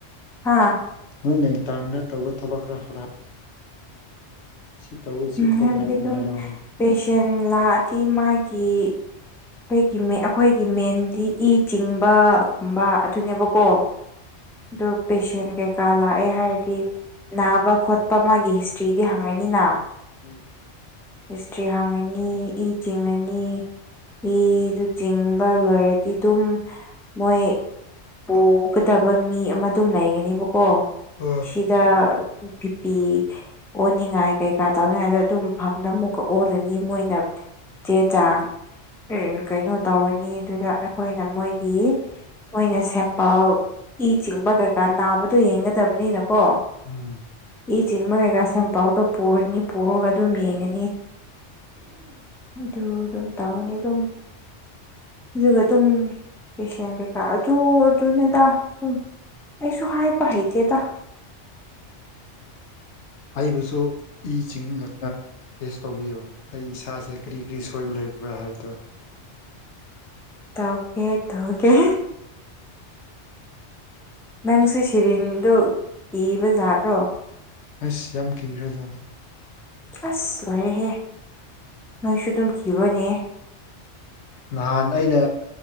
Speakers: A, in the centre; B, on the left (about 75°).
A: ꯍꯥꯥ
B: ꯅꯣꯏ ꯅꯇꯔꯅ ꯇꯧꯕ ꯊꯕꯛ ꯈꯔ ꯈꯔ ꯁꯤ ꯇꯧꯋꯤ ꯁꯤ ꯈꯣꯠꯂꯦ
A: ꯍꯥꯏꯕꯗꯤ
B: ꯍꯥꯏꯗꯣ
A: ꯑꯗꯨꯝ
B: ꯍꯥꯏꯔꯛꯑꯣꯅꯦ
A: ꯄꯦꯁꯦꯟ ꯂꯥꯛꯑꯗꯤ ꯃꯥꯒꯤ ꯑꯩꯒꯤ ꯃꯦ ꯑꯩꯈꯣꯢꯒꯤ ꯃꯦꯟꯗꯤ ꯏ ꯆꯤꯡꯕꯒꯨꯝꯕ ꯑꯗꯨꯅꯦꯕ ꯑꯣ ꯗꯨ ꯄꯦꯁꯦꯟ ꯀꯩꯀꯥ ꯂꯥꯛꯑꯦ ꯍꯥꯏꯔꯗꯤ ꯅꯥꯕ ꯈꯣꯠꯄ ꯃꯥꯒꯤ ꯍꯤꯁꯇ꯭ꯔꯤꯗꯤ ꯍꯪꯉꯥꯅꯤꯅ
B: ꯎꯝ
A: ꯍꯤꯁꯇ꯭ꯔꯤ ꯍꯥꯡꯉꯅꯤ ꯏ ꯆꯤꯡꯉꯅꯤ ꯏꯗꯨ ꯆꯤꯡꯕ ꯂꯣꯢꯔꯗꯤ ꯑꯗꯨꯝ ꯃꯣꯢ ꯄꯨꯒꯗꯕ ꯃꯤ ꯑꯃ ꯑꯗꯨꯝ ꯂꯩꯒꯅꯦꯕꯀꯣ
B: ꯍꯣꯏ
A: ꯁꯤ ꯖ ꯄꯤ ꯄꯤ ꯑꯣꯅꯤꯡꯉꯥꯏ ꯀꯩꯀꯥ ꯇꯧꯅꯤꯡꯉꯥꯏꯗꯣ ꯑꯗꯨꯝ ꯐꯝꯗ ꯑꯃꯨꯛꯀ ꯑꯣꯜꯂꯅꯤ ꯃꯣꯏꯅ ꯆꯦ ꯆꯥꯡ ꯑꯦ ꯀꯩꯅꯣ ꯇꯧꯔꯅꯤ ꯗꯨꯒ ꯑꯈꯣꯢꯅ ꯃꯣꯢꯒꯤ ꯃꯣꯏꯅ ꯁꯦꯝꯄꯜ ꯏ ꯆꯤꯡꯕ ꯀꯩꯀꯥ ꯅꯥꯕꯗꯣ ꯌꯦꯡꯒꯗꯕꯅꯤꯅ ꯀꯣ
B: ꯎꯝ
A: ꯏ ꯆꯤꯡꯕ ꯀꯩꯀꯥ ꯁꯦꯝꯄꯜꯗꯣ ꯄꯨꯔꯅꯤ ꯄꯨꯔꯒ ꯑꯗꯨꯝ ꯌꯦꯡꯉꯥꯅꯤ ꯑꯗꯨ ꯑꯗꯨꯝ ꯇꯧꯔꯅꯤ ꯑꯗꯨꯝ ꯑꯗꯨꯒ ꯑꯗꯨꯝ ꯄꯦꯁꯦꯟ ꯀꯩꯀꯥ ꯑꯗꯨ ꯑꯗꯨꯅꯦꯗ ꯑꯗꯨꯝ ꯑꯩꯁꯨ ꯍꯥꯏꯕ ꯍꯩꯇꯦꯗ
B: ꯑꯩꯕꯨꯁꯨ ꯏ ꯆꯤꯡ ꯉꯛ ꯑ ꯇꯦꯁ ꯇꯧꯕꯤꯌꯣ ꯑꯩ ꯏꯁꯥꯁꯦ ꯀꯔꯤ ꯀꯔꯤ ꯁꯣꯏꯕ ꯂꯩꯕ꯭ꯔꯥ ꯍꯥꯏꯕꯗꯣ
A: ꯇꯧꯀꯦ ꯇꯧꯒꯦ ꯅꯪꯁꯦ ꯁꯤꯔꯤꯟꯗꯣ ꯀꯤꯕ ꯖꯥꯠꯔꯣ꯫
B: ꯑꯁ ꯌꯥꯝ ꯀꯤꯒꯔꯥꯖꯠꯅꯤ
A: ꯑꯁ ꯂꯣꯏꯔꯦꯍꯦ ꯅꯣꯏꯁꯨ ꯑꯗꯨꯝꯈꯤꯕꯅꯦ
B: ꯅꯍꯥꯟ ꯑꯩꯅ